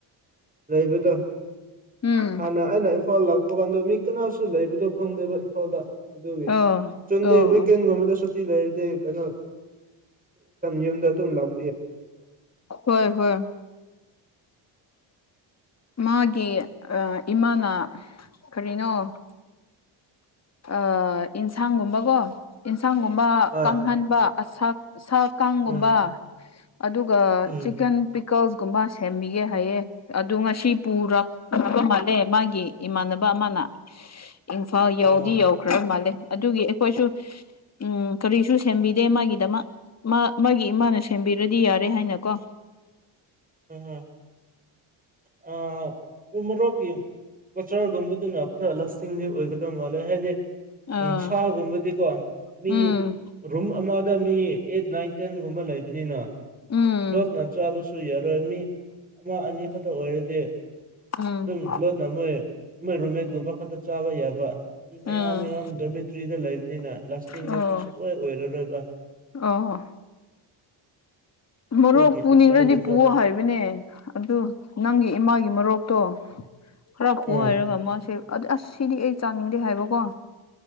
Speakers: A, on the right (about 15°); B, on the left (about 30°).
A: ꯂꯩꯕꯗ‌ꯣ
B: ꯎꯝ
A: ꯍꯥꯟꯅ ꯑꯩꯅ ꯏꯝꯐꯥꯜ ꯂꯥꯛꯄ ꯀꯥꯟꯗ ꯃꯤ ꯀꯅꯥꯁꯨ ꯂꯩꯕꯗꯣ ꯈꯪꯗꯦꯕ ꯏꯝꯐꯥꯜꯗ ꯑꯗꯨꯒꯤ
B: ꯑꯣ
A: ꯆꯨꯟꯗꯤ
B: ꯑꯣ
A: ꯋꯤꯀꯦꯟꯒꯨꯝꯕꯗꯁꯨ
B: ꯑꯣ
A: ꯂꯩꯔꯗꯤ ꯀꯩꯅꯣ ꯌꯨꯝꯗ ꯑꯗꯨꯝ ꯂꯥꯛ
B: ꯍꯣꯏ ꯍꯣꯏ ꯃꯥꯒꯤ ꯏꯃꯥꯅ ꯀꯔꯤꯅꯣ ꯑ ꯌꯦꯟꯁꯥꯡꯒꯨꯝꯕꯀꯣ ꯌ‌ꯦꯟꯁꯥꯡꯒꯨꯝꯕ
A: ꯍꯣꯏ
B: ꯀꯥꯡꯍꯟꯕ ꯁꯥ ꯀꯥꯡꯒꯨꯝꯕ
A: ꯎꯝ
B: ꯑꯗꯨꯒ
A: ꯎꯝ
B: ꯆꯤꯛꯀꯟ ꯄꯤꯀꯜꯁꯒꯨꯝꯕ ꯁꯦꯝꯕꯤꯒꯦ ꯍꯥꯏꯌꯦ ꯑꯗꯨ ꯉꯁꯤ ꯄꯨꯔꯛꯄ ꯃꯥꯜꯂꯦ ꯃꯥꯒꯤ ꯏꯃꯥꯟꯅꯕ ꯑꯃꯅ ꯏꯝꯐꯥꯜ ꯌꯧꯗꯤ
A: ꯑꯣ
B: ꯌꯧꯈ꯭ꯔ ꯃꯥꯜꯂꯦ ꯑꯗꯨꯒꯤ ꯑꯩꯈꯣꯏꯁꯨ ꯎꯝ ꯀꯔꯤꯁꯨ ꯁꯦꯝꯕꯤꯗꯦ ꯃꯥꯒꯤꯗꯃꯛ ꯃꯥ ꯃꯥꯒꯤ ꯏꯃꯥꯅ ꯁꯦꯝ ꯁꯦꯝꯕꯤꯔꯗꯤ ꯌꯥꯔꯦ ꯍꯥꯏꯅꯀꯣ
A: ꯍ‌ꯣꯏ ꯍ‌ꯣꯏ ꯎꯃ‌ꯣꯔꯣꯛꯇꯤ ꯑꯆꯔꯒꯨꯝꯕꯗꯨꯅ ꯈꯔ ꯂꯥꯁꯇꯤꯡꯗꯤ ꯑꯣꯏꯒꯗꯕ ꯃꯥꯜꯂꯦ ꯍꯥꯏꯗꯤ
B: ꯑꯥ
A: ꯎꯝ ꯁꯥꯒꯨꯝꯕꯗꯤꯀꯣ ꯃꯤ
B: ꯎꯝ
A: ꯔꯨꯝ ꯑꯃ ꯑꯃꯗ ꯃꯤ ꯑꯩꯠ ꯅꯥꯏꯟ ꯇꯦꯟꯒꯨꯝꯕ ꯂꯩꯕꯅꯤꯅ
B: ꯎꯝ
A: ꯂꯣꯠꯅ ꯆꯥꯕꯁꯨ ꯌꯥꯔꯣꯏ ꯃꯤ ꯑꯃ ꯑꯅꯤ ꯈꯛꯇ ꯑꯣꯏꯔꯗꯤ
B: ꯎꯝ
A: ꯑꯗꯨꯝ ꯂꯣꯠꯅ ꯃꯣꯏ ꯃꯣꯏ ꯔꯨꯝꯃꯦꯠꯒꯨꯝꯕ ꯈꯛꯇ ꯆꯥꯕ ꯌꯥꯕ ꯃꯤ ꯃꯌꯥꯝ
B: ꯎꯝ
A: ꯃꯌꯥꯝ ꯗꯣꯔꯃꯦꯇ꯭ꯔꯤꯗ ꯂꯩꯕꯅꯤꯅ ꯂꯥꯁꯇꯤꯡꯗꯤ
B: ꯑꯣ
A: ꯁꯨꯡꯑꯣꯏ ꯑꯣꯏꯔꯔꯣꯏꯕ
B: ꯑꯣ
A: ꯃꯣꯔꯣꯛꯒꯤ
B: ꯃꯣꯔꯣꯛ ꯄꯨꯅꯤꯡꯈ꯭ꯔꯗꯤ
A: ꯑꯆꯥꯔꯒꯨꯝꯕ
B: ꯄꯨꯑꯣ ꯍꯥꯏꯕꯅꯦ ꯑꯗꯨ ꯅꯪꯒꯤ ꯏꯃꯥꯒꯤ ꯃꯔꯨꯞ ꯇꯣ ꯈꯔ ꯄꯨꯑꯣ
A: ꯑꯥ
B: ꯍꯥꯏꯔꯒ ꯃꯥꯁꯦ ꯑꯗ ꯑꯁ ꯁꯤꯗꯤ ꯑꯩ ꯆꯥꯅꯤꯡꯗꯦ ꯍꯥꯏꯕꯀꯣ